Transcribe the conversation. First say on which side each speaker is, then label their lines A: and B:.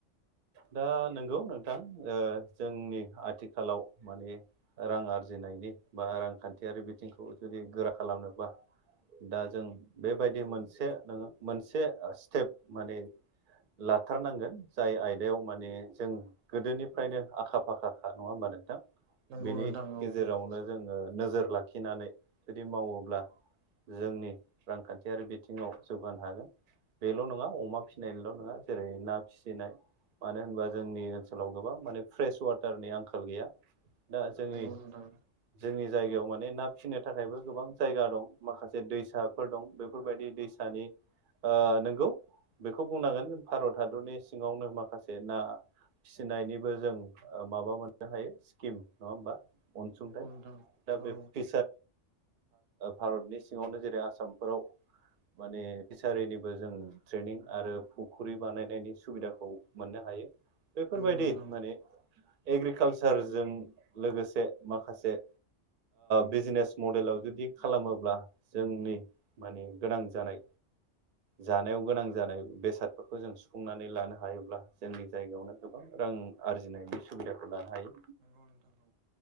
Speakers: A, on the right; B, on the right.
A: दा नंगौ नोंथां जोंनि आथिखालाव माने रां आरजिनायनि बा रांखान्थियारि बिथिंखौ जुदि गोरा खालामनोब्ला दा जों बेबायदि मोनसे नोङो मोनसे स्टेप माने लाथारनांगोन जाय आय बेयाव माने जों गोदोनिफ्रायनो आखा फाखा खा नङा होमबा नोंथां
B: नंगौ
A: बेनि
B: नोंथां नंगौ
A: गेजेरावनो जोङो नोजोर लाखिनानै जुदि मावोब्ला जोंनि रांखान्थियारि बिथिङाव जौगानो हागोन बेल' नङा अमा फिसिनायल' नङा जेरै ना फिसिनाय मानो होनबा जोंनि ओनसोलाव गोबां माने फ्रेस वाटारनि आंखाल गैया दा जोंनि
B: औ नंगौ नोंथां औ नंगौ नोंथां
A: जोंनि जायगायाव माने ना फिसिनो थाखायबो गोबां जायगा दं माखासे दैसाफोर दं बेफोरबायदि दैसा दानि नंगौ बेखौ बुंनांगोन भारत हादरनि सिङावनो माखासे जे ना फिसिनायनिबो जों माबा मोननो हायो स्किम नङा होमबा अनसुंथाइ
B: नंगौ नोंथां
A: दा
B: औ
A: बे फि भारतनि सिङावनो जेरै आसामफोराव माने फिसारिनिबो जों ट्रेनिं आरो फुख्रि बानायनायनि सुबिदाखौ मोननो हायो बेफोरबायदि
B: नंगौ नोंथां
A: माने एग्रिकालसारजों लोगोसे माखासे बिजनेस मडेलाव जुदि खालामोब्ला जोंनि माने गोनां जानाय जानायाव गोनां जानाय बेसादफोरखौ जों सुफुंनानै लानो हायोब्ला जोंनि जायगायावनो गोबां रां आरजिनायनि सुबिदाफोर लानो हायो
B: नंगौ नोंथां औ